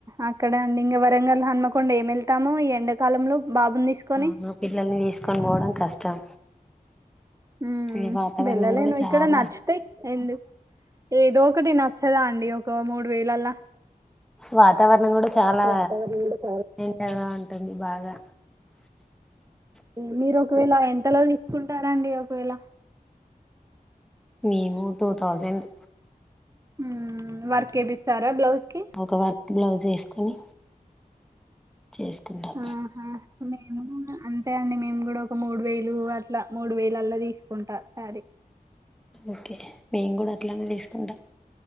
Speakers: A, on the right; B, in the centre.
A: అక్కడండి ఇంగా వరంగల్ హన్మకొండ ఏమి వెళ్తాము ఈ ఎండాకాలంలో బాబుని తీసుకొని
B: అవునా పిల్లల్ని తీసుకొని పోవడం కష్టం
A: ఉ
B: ఈ వాతావరణం
A: వెళ్ళలేను
B: కూడా చాలా
A: ఇక్కడ నచ్చితే ఎందు ఏదో ఒకటి నచ్చదా అండి ఒక మూడు వేలలా
B: వాతావరణం కూడా చాలా
A: వాతావరణం కూడా చాలా
B: ఎండగా ఉంటుంది బాగా
A: ఆ మీరు ఒకవేళ ఎంతలో తీసుకుంటారండి ఒకవేళ
B: మేము టూ థౌజండ్
A: ఊ వర్క్ ఏపిస్తారా బ్లౌజ్ కి
B: ఒక వర్క్ బ్లౌజ్ వేసుకొని చేసుకుంటాం
A: ఆహా మేము అంతే అండి మేము కూడా ఒక మూడు వేలు అట్లా మూడు వేలుల్లా తీసుకుంటా సారీ
B: ఓకే మేము కూడా అట్లానే తీసుకుంటాం